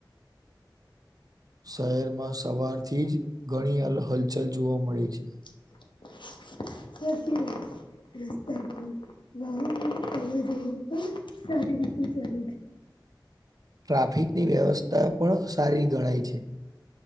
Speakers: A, on the right; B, on the left.
A: શહેરમાં સવારથી જ ઘણી હલચલ જોવા મળી છે.
B: <inaudible> થતી રહે છે. રસ્તા પર વાહનો અવર જવર પણ સારી રીતે ચાલે છે. <inaudible>
A: ટ્રાફિકની વ્યવસ્થા પણ સારી ગણાય છે.